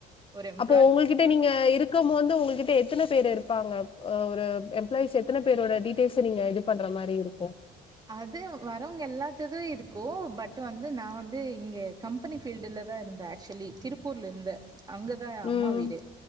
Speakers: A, on the right (about 25°); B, on the left (about 30°).
A: ஒரு ம்
B: இப்போ ஒங்ககிட்ட நீங்க இருக்கம்போது ஒங்ககிட்ட எத்தன பேரு இருப்பாங்க அ ஒரு எம்ப்ளாயிஸ் எத்தன பேரோட டீட்டெய்ல்ஸ நீங்க இது பண்ற மாரி இருக்கு
A: அது வரவுங்க எல்லாத்துது இருக்கு பட் வந்து நா வந்து இங்க கம்பெனி ஃபீல்டுல தா இருந்தே ஆக்சுவலி திருப் பூர்ல இருந்தே அங்கதா அம்மா
B: ம்
A: வீடு